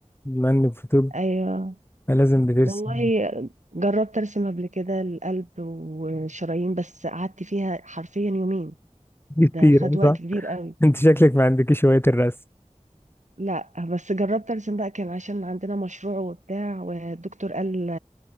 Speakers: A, on the left; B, on the right.
A: بما إنك في طب
B: ايوه
A: لازم بترسم
B: والله جربت ارسم قبل كده القلب والشرايين بس قعدت فيها حرفيا يومين
A: <laughs> كتير
B: ده خد وقت
A: صح؟
B: كبير قوي
A: أنت شكلك ما عندكش هواية الرسم
B: لا بس جربت ارسم بقى كان عشان عندنا مشروع وبتاع والدكتور قال